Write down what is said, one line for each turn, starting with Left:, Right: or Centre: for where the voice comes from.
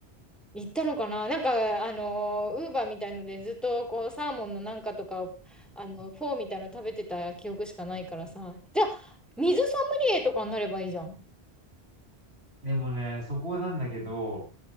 Centre: 行ったのかななんか、あの、ウーバーみたいのでずっとこう、サーモンのなんかとかを、あの、フォーみたいの食べてた記憶しかないからさ。じゃあ、水ソムリエとかになればいいじゃん。
Right: でもね、そこなんだけど、